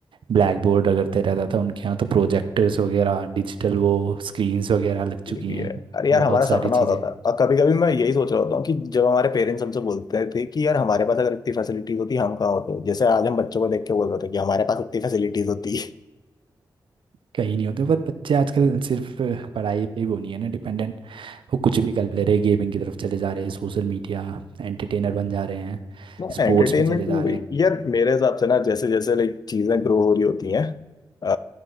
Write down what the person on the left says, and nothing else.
ये भी
है अरे यार हमारा
सपना होता
था और कभी कभी मैं यही सोच रहा होता हूँ कि जब हमारे पेरेंट्स हमसे बोलते थे कि यार हमारे पास अगर इतनी फैसिलिटीज होती हम कहाँ होते जैसे आज हम बच्चों को देख के बोल रहे थे कि हमारे पास इतनी फैसिलिटीज होती
ना
एंटरटेनमेंट
भी
वही
यार मेरे हिसाब से ना जैसे जैसे लाइक चीजें ग्रो हो रही होती हैं अ,